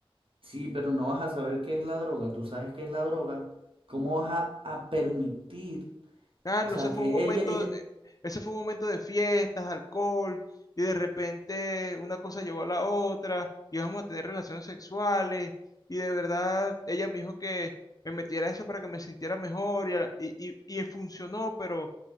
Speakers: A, on the right; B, on the left.
A: Sí, pero no vas a saber qué es la droga. Tú sabes qué es la droga. ¿Cómo vas a, a permitir?
B: Claro,
A: O sea,
B: ese fue
A: que
B: un momento,
A: ella, ella,
B: eh, ese fue un momento de fiestas, alcohol, y de repente una cosa llevó a la otra, y vamos a tener relaciones sexuales, y de verdad ella me dijo que me metiera eso para que me sintiera mejor, y, a la- y, y- y funcionó, pero